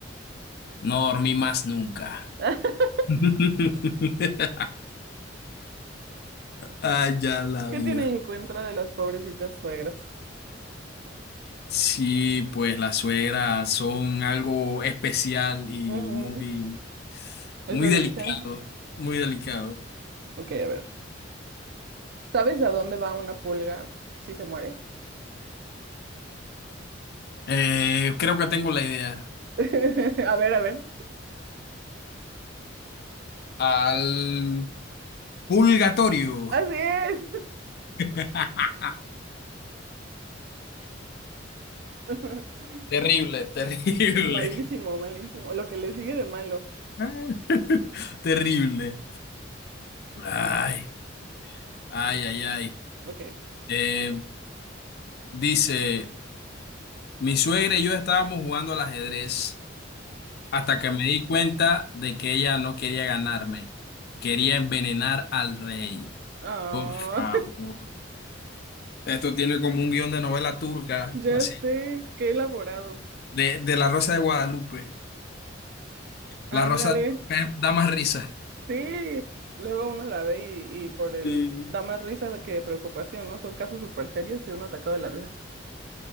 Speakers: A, on the left; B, on the right.
A: No dormí más nunca.
B: <laughs>
A: <laughs> Ay, ya la
B: ¿Qué
A: vida.
B: tienen en contra de las pobrecitas suegras?
A: Sí, pues las suegras son algo especial y
B: Mm,
A: muy,
B: Eso
A: muy delicado,
B: dicen.
A: muy delicado.
B: Ok, a ver. ¿Sabes a dónde va una pulga si se muere?
A: Eh, creo que tengo la idea.
B: <laughs> A ver, a ver.
A: Al purgatorio.
B: Así es.
A: <laughs>
B: <laughs>
A: Terrible, terrible.
B: Malísimo, malísimo. Lo que le sigue de malo.
A: <laughs> Terrible. Ay, ay, ay, ay.
B: Ok.
A: Eh, dice, mi suegra y yo estábamos jugando al ajedrez hasta
B: Ajá.
A: que me di cuenta de que ella no quería ganarme. Quería envenenar al rey.
B: Ah,
A: Por favor. Esto tiene como un guión de novela turca,
B: <laughs> ya
A: así.
B: sé, qué elaborado.
A: De, de La Rosa de Guadalupe.
B: Ándale.
A: La Rosa de Guadalupe da más risa.
B: Sí, luego uno la ve y, y por el
A: Sí,
B: da más risa que preocupación, ¿no? Son casos súper serios y uno atacado de la risa.